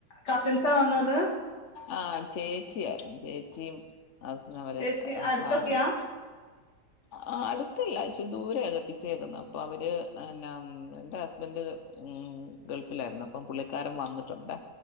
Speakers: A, on the left (about 70°); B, on the left (about 50°).
A: കസിൻസാ വന്നത്
B: ആഹ് ചേച്ചിയാ ചേച്ചിം ഹസ് അവര്
A: ചേച്ചി അടുത്തൊക്കെയാ
B: ഫാമിലി ആഹ് അട്ത്തല്ല ഇച്ചിരി ദൂരെയാ കെട്ടിച്ചേക്കുന്നേ അപ്പഅവര് എന്നാ ഉം എന്റെ ഹസ്ബന്റ് ഉം ഗൾഫിലാര്ന്ന് അപ്പം പുള്ളിക്കാരൻ വന്നിട്ടൊണ്ട്